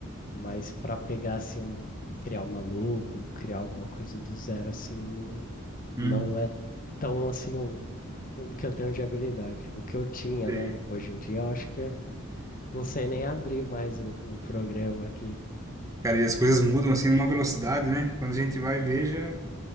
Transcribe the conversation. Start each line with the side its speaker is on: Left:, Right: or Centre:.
Left: mas para pegar assim um- criar uma logo, criar alguma coisa do zero assim, não,
Right: Uhum.
Left: não é tão assim um o que eu tenho de habilidade, o que eu tinha,
Right: Sei.
Left: né? Hoje em dia eu acho que é- não sei nem abrir mais o, o programa aqui.
Right: Cara, e as coisas mudam assim numa velocidade, né? que Quando a gente vai ver, já,